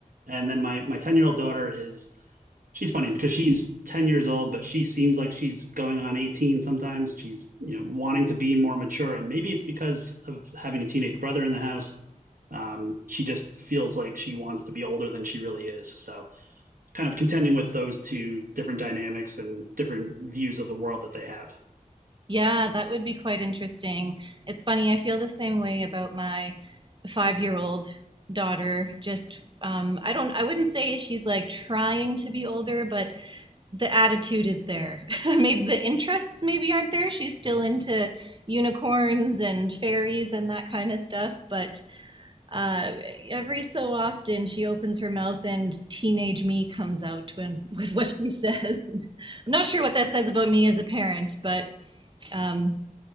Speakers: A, on the right; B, on the right.
A: And then my my ten year old daughter is She's funny because she's 10 years old, but she seems like she's going on 18 sometimes. She's, you know, wanting to be more mature, and maybe it's because of having a teenage brother in the house. Um, she just feels like she wants to be older than she really is. So, kind of contending with those two different dynamics and different views of the world that they have.
B: Yeah, that would be quite interesting. It's funny, I feel the same way about my five-year-old daughter. Just, um, I don't, I wouldn't say she's like trying to be older, but the attitude is there. <laughs> Maybe the interests maybe aren't there. She's still into unicorns and fairies and that kind of stuff, but uh, every so often she opens her mouth and teenage me comes out when, <laughs> with what she says. <laughs> I'm not sure what that says about me as a parent, but um,